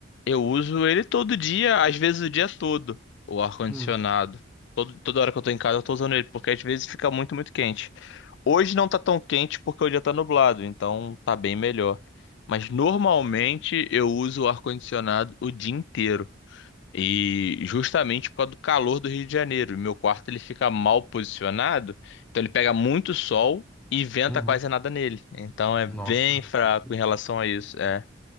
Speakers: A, on the left; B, in the centre.
A: eu uso ele todo dia, às vezes o dia todo, o ar-condicionado.
B: Hum,
A: Todo- Toda hora que eu tô em casa eu tô usando ele, porque às vezes fica muito, muito quente. Hoje não tá tão quente porque o dia tá nublado, então tá bem melhor. Mas normalmente eu uso o ar-condicionado o dia inteiro. E justamente por causa do calor do Rio de Janeiro. E Meu quarto ele fica mal posicionado, então ele pega muito sol e venta
B: uhum.
A: quase nada nele. Então é
B: Nossa,
A: bem fraco
B: deve ser
A: em relação a isso. é.